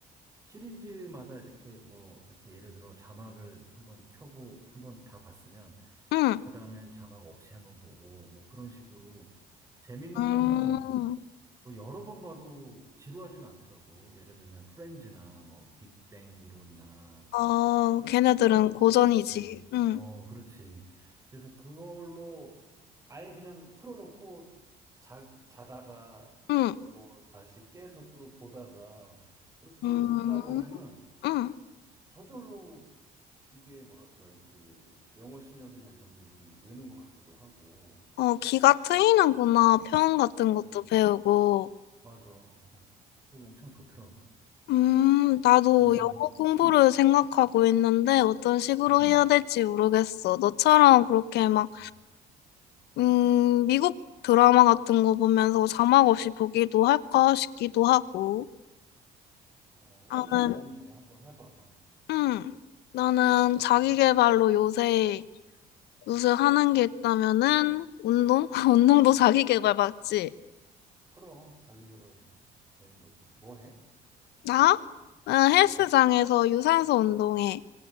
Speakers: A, on the right; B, on the left.
A: 시리즈마다 이렇게 뭐 이렇게 예를 들어 자막을 한번 켜고 한번 다 봤으면
B: 응.
A: 그 다음엔 자막 없이 한번 보고 뭐 그런 식으로 재밌는
B: 음,
A: 거는 뭐 여러 번 봐도 지루하지가 않더라고. 예를 들면 프렌즈나 뭐 빅뱅 이론이나
B: 어, 걔네들은
A: 이 오피스
B: 고전이지. 응,
A: 어 그렇지. 그래서 그걸로 아예 그냥 틀어놓고 자 자다가
B: 응,
A: 뭐 다시 깨서 또 보다가 그렇게
B: 음,
A: 웃다 보면은
B: 응.
A: 저절로 이게 뭐랄까, 그, 영어 실력이나 이런 게 좀 느는 것 같기도 하고,
B: 어, 귀가 트이는구나. 표현 같은 것도
A: 어,
B: 배우고.
A: 맞아. 어, 그게 엄청 좋더라고.
B: 음, 나도
A: 넌,
B: 영어 공부를 생각하고 있는데 어떤 식으로
A: 음.
B: 해야 될지 모르겠어. 너처럼 그렇게 막
A: 음.
B: 음, 미국 드라마 같은 거 보면서 자막 없이 보기도 할까 싶기도 하고.
A: 어,
B: 나는,
A: 엄청 도움돼. 한번 해봐봐.
B: 음, 나는 자기 개발로 요새 요새 하는 게 있다면은 운동? <laughs> 운동도 자기 개발 맞지?
A: 그럼, 자기계발이 되는 거지. 뭐 해?
B: 나? 응 헬스장에서
A: 어.
B: 유산소 운동해.